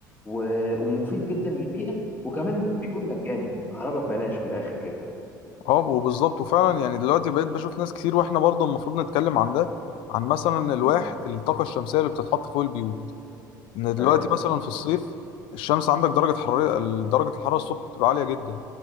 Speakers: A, on the left; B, on the left.
A: و... ومفيد جدا للبيئه وكمان بيكون مجاني كهرباء ببلاش من الاخر كده
B: اه وبالظبط وفعلا يعني دلوقتي بقيت بشوف ناس كتير واحنا برضه المفروض نتكلم عن ده عن مثلا الواح
A: امم
B: الطاقه الشمسيه اللي بتتحط فوق البيوت ان دلوقتي
A: ايوه
B: مثلا في الصيف الشمس عندك درجه حراره درجه الحراره الصبح بتبقى عاليه جدا